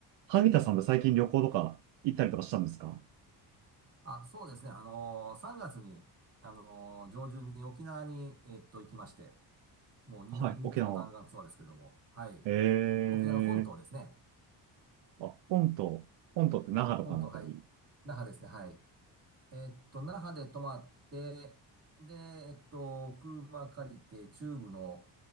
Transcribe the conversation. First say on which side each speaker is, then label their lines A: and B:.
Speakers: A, on the right; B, on the right.
A: 萩田さんって最近旅行とか行ったりとかしたんですか
B: あ、そうですね。あのー、3月に、あのー、上旬に沖縄に、えっと、行きまして、もう2泊3日の弾丸ツアーですけども、
A: はい、沖縄。
B: はい。
A: ええー
B: 沖縄の本島ですね。
A: あ、本島。本島って那覇とかのあたり。
B: 本島、はい。那覇ですね、はい。えっと、那覇で泊まって、で、えっと、車借りて、中部の、